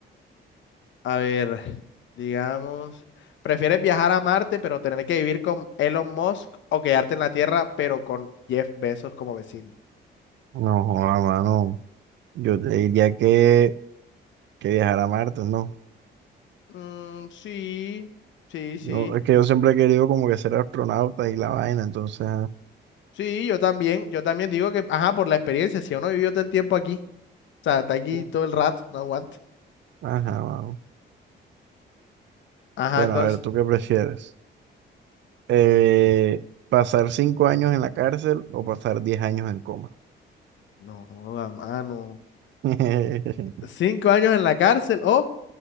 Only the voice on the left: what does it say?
A ver, digamos, ¿prefieres viajar a Marte pero tener que vivir con Elon Musk o quedarte en la Tierra pero con Jeff Bezos como vecino?
Mm, sí, sí, sí.
Sí, yo también, yo también digo que, ajá, por la experiencia, si uno vivió todo el tiempo aquí, o sea, está aquí
todo el rato, no aguanta.
Ajá,
entonces,
no joda, mano.
Cinco años en la cárcel o